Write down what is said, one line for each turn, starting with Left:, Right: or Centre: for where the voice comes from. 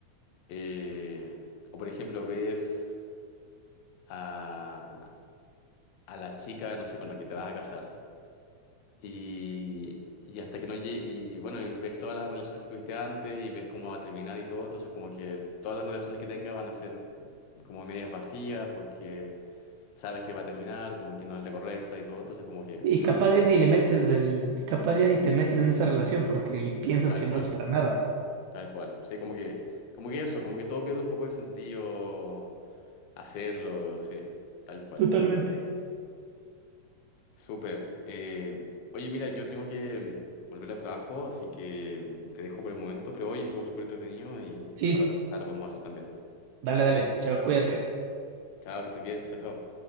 Left: eh, o por ejemplo ves a, a la chica, no sé, con la que te vas a casar. Y, y hasta que no llegue, y bueno, y ves todas las relaciones que tuviste antes y ves cómo va a terminar y todo, entonces como que todas las relaciones que tengas van a ser como medias vacías porque sabes que va a terminar, como que no es la correcta y todo, entonces como que
Right: Y
Left: neces-
Right: capaz ya ni le metes el, capaz ya ni te metes en esa relación porque piensas
Left: tal
Right: que
Left: cual,
Right: no es para nada.
Left: tal cual. Sí, como que como que eso, como que todo pierde un poco de sentido hacerlo, sí, tal cual.
Right: Totalmente.
Left: Súper. Eh, oye, mira, yo tengo que mm, volver al trabajo, así que mm, te dejo por el momento, pero hoy estuvo súper entretenido y
Right: Sí,
Left: para otra pasada lo podemos hacer también.
Right: dale, dale, chao, cuídate.
Left: Chao, que estés bien. Chao, chao.